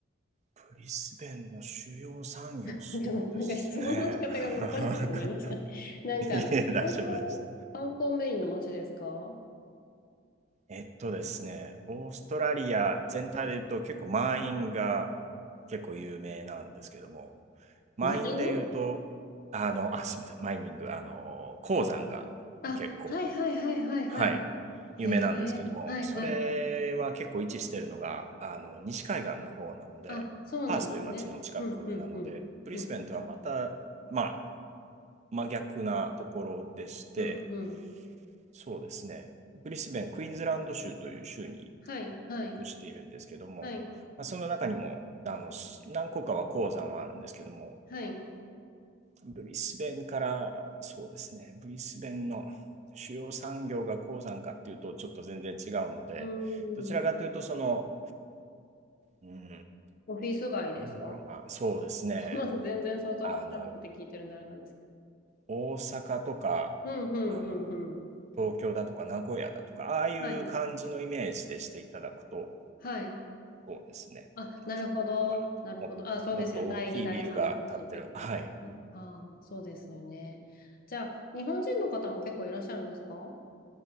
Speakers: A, on the right (about 35°); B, on the left (about 50°).
A: ブリスベンの主要産業、
B: <laughs>
A: そうですね。
B: なんか、なんか質問の仕方が難しくてごめんなさい。
A: <laughs>
B: なんかあの、
A: いえ、大丈夫です。
B: 観光、観光メインの街ですか
A: えっとですね、オーストラリア全体で言うと結構満員が結構有名なんですけども、満員で言うと、
B: 満員
A: あの、あ、すみません、マイニング、あの、鉱山が結構
B: あ、はいはいはいはいはい。
A: はい、
B: へえ、
A: 夢なんですけども、
B: はいはい。
A: それは結構位置してるのが、あの、西海岸の方なので、
B: あ、そうなんですね。
A: パースという町の近くなので、
B: うんうんうん。
A: ブリスベンとはまた、
B: うん
A: まあ、真逆なところでして、
B: うんうん。
A: そうですね、ブリスベン、クイーンズランド州という州に
B: はいはい
A: 属しているんですけども、
B: はい
A: まあ、その中にもあの何個かは鉱山はあるんですけども、
B: はい。う
A: ブリスベンからそうですね、ブリスベンの主要産業が鉱山かっていうとちょっと全然違うので、
B: ーん。
A: どちらかというとその、うん、
B: オフィス街ですか
A: なんだろうな、そうですね、
B: <laughs> まあ全然想像がつかなくて聞いてるんであれなんですけ
A: あの、大阪とか、
B: ど。うんうんうんうん。
A: あの、東京だとか名古屋だとか、ああいう感じのイメージでしていただくと、
B: はいはい
A: そうですね、
B: あ、なるほど。
A: いいのかなと。
B: なるほど。
A: も、
B: あ、そうですよね。
A: もっと大きいビルが建ってる、
B: 第2、第3の年ってことですね。
A: はい、
B: ああ、そうですよね。じゃあ、日本人の方も結構いらっしゃるんですか